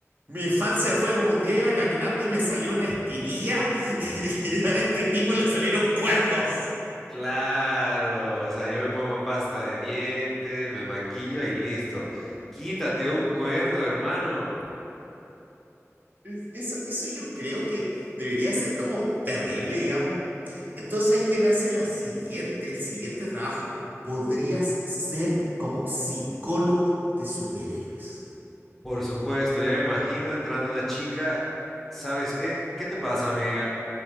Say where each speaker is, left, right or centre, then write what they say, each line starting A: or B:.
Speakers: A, on the right (about 35°); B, in the centre.
A: mi infancia fue como un día iba caminando y me salió una espinilla <laughs> y a este tipo le salieron cuernos.
B: Claro, o sea, yo me pongo pasta de dientes, me maquillo y listo. Quítate un cuerno, hermano.
A: Es- Eso, eso yo creo que debería ser como terrible, digamos. Entonces ahí te nace la siguiente, el siguiente trabajo. Podrías ser como psicólogo de superhéroes.
B: Por supuesto, ya me imagino entrando una chica. ¿Sabes qué? ¿Qué te pasa, amiga?